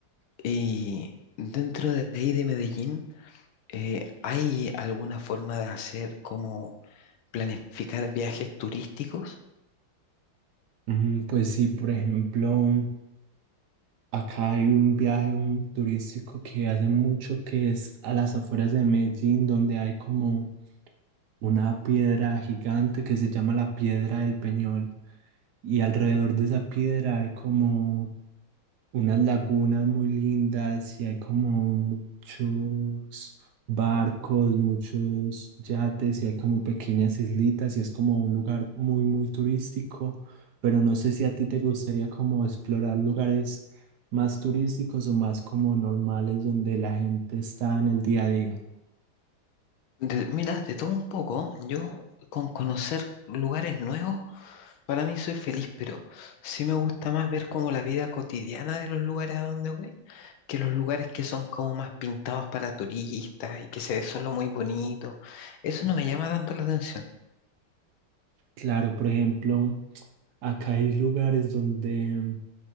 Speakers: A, on the left; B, on the right.
A: Y dentro de ahí de Medellín, eh, ¿hay alguna forma de hacer como planificar viajes turísticos?
B: Mm, Pues sí, por ejemplo. Acá hay un viaje mu- turístico que hace mucho que es a las afueras de Medellín, donde hay como una piedra gigante que se llama la Piedra del Peñol. Y alrededor de esa piedra hay como unas lagunas muy lindas y hay como muchos barcos, muchos yates y hay como pequeñas islitas y es como un lugar muy, muy turístico, pero no sé si a ti te gustaría como explorar lugares más turísticos o más como normales donde la gente está en el día a día.
A: De- mira, de todo un poco, yo con conocer lugares nuevos, para mí soy feliz, pero sí me gusta más ver como la vida cotidiana de los lugares a donde voy que los lugares que son como más pintados para turistas y que se ve solo muy bonito, eso no me llama tanto la atención.
B: Claro, por ejemplo, acá hay lugares donde